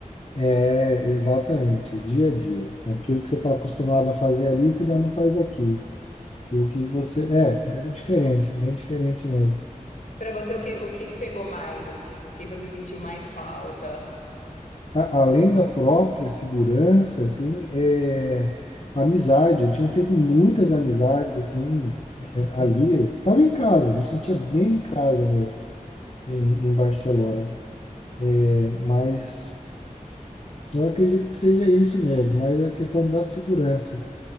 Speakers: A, on the left; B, on the left.
A: é, exatamente, o dia a dia. Aquilo que você está acostumado a fazer ali, você já não faz aqui. E o que você. É, é diferente, bem diferente mesmo.
B: Para você, o que, o que que pegou mais, assim? O que você sentiu mais falta?
A: a- além da própria segurança, assim, é, amizade. Eu tinha feito muitas amizades, assim,
B: Sim.
A: é, ali. Eu estava em casa, me sentia bem em casa mesmo, em, em Barcelona. É, Mas eu acredito que seja isso mesmo, mas a questão da segurança.